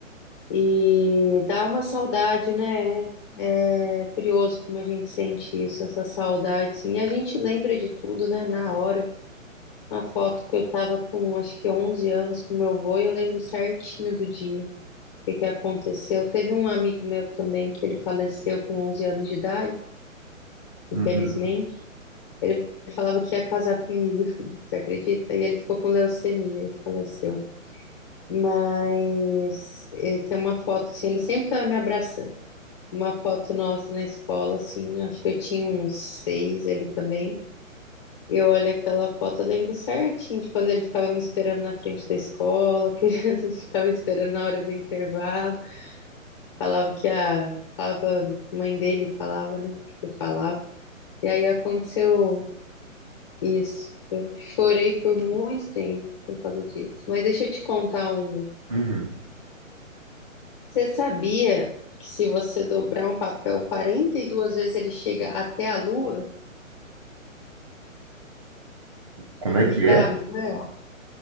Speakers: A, on the left; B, on the right.
A: E dá uma saudade, né? É curioso como a gente sente isso, essa saudade, sim. E a gente lembra de tudo, né, na hora. Uma foto que eu tava com, acho que 11 anos com meu avô e eu lembro certinho do dia, o que que aconteceu. Teve um amigo meu também que ele faleceu com 11 anos de idade, infelizmente.
B: Uhum.
A: Ele falava que ia casar comigo, <laughs> você acredita? E ele ficou com leucemia e faleceu. Mas eh, tem uma foto assim, ele sempre estava me abraçando. uma foto nossa na escola, assim, acho que eu tinha uns seis, ele também. Eu olho aquela foto, eu lembro certinho de quando ele ficava me esperando na frente da escola, <laughs> que ele ficava esperando na hora do intervalo, falava que a, falava, a mãe dele falava, né, que ele falava. E aí aconteceu isso. Eu chorei por muito tempo por causa disso. Mas deixa eu te contar uma.
B: Uhum.
A: Você sabia que se você dobrar um papel 42 vezes ele chega até a lua?
B: Como
A: Bizarro,
B: é que é?
A: né?